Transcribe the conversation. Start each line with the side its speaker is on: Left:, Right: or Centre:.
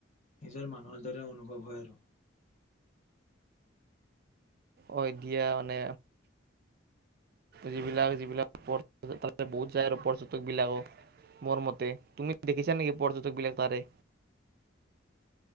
Left: নিজৰ মানুহৰ দৰে অনুভৱ হয় আৰু
Right: অ এতিয়া মানে যিবিলাক যিবিলাক পৰ তাৰে বহুত যায় আৰু পৰ্যটক বিলাকো মোৰ মতে তুমি দেখিছা নেকি পৰ্যটক বিলাক তাৰে